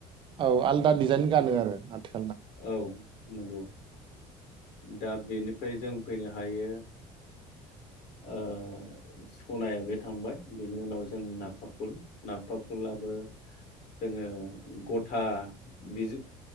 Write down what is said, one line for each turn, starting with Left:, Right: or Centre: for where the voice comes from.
Right: औ आलदा डिजाइन गानो आरो माथो
Left: औ नंगौ दा बेनि ओमफ्राय जों फैनो हायो ओ सनाया बे थांबाय बेनि उनाव जों नाफा फुल नाफा फुलाबो जोङो गथा बिज